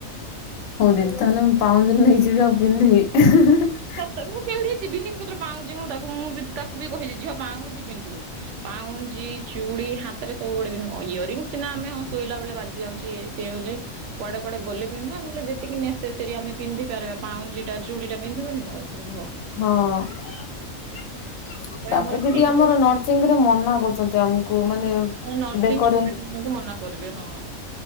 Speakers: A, on the left (about 75°); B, on the right (about 70°).
A: ହଉ, ଦିିଦି ତାହେଲେ ମୁଁ ପାଉଁଜି ନେଇଯିବି ଆଉ ପିନ୍ଧିବି। <unintelligible>
B: ସତ ମୁଁ ପିନ୍ଧିଛି ବିିନି ପତ୍ର ପାଉଁଜି। ମୁଁ ତାକୁ ମୁଁ ବି ତାକୁ ବି କହିଛି ଝିଅ ପାଉଁଜି ପିନ୍ଧିବୁ। ପାଉଁଜି, ଚୁଡ଼ି ହାତରେ, ସବୁବେଳେ ପିନ୍ଧିବୁ। ହଁଇୟରିଙ୍ଗ ସିନା ଆମେ ହଁ ଶୋଇଲା ବେଳେ ବାଜି ଯାଉଛି ଇଏ। ପିଉଲି କୁଆଡ଼େ କୁଆଡ଼େ ଗଲେ ପିନ୍ଧିବା। ନେହଲେ ଯେତିକି ନେସେସରି ଆମେ ପିନ୍ଧିପାରିବା ପାଉଁଜିଟା ଚୁଡ଼ିଟା ପିନ୍ଧିବନି। ହଇ ପିନ୍ଧ।
A: ହଁ। <inaudible> ତାପରେ
B: ଆମର
A: ଯଦି
B: ଫିଙ୍ଗର
A: ଆମର ନର୍ଥ ସୁଟିଂ ରେ ମନା କରୁଚନ୍ତି ଆମକୁ ମାନେ
B: ମୁଁ ନର୍ସିଂ
A: ବେକରେ
B: ଷ୍ଟୁଡେଣ୍ଟ ମାନଙ୍କୁ ମନା କରିବି ହଁ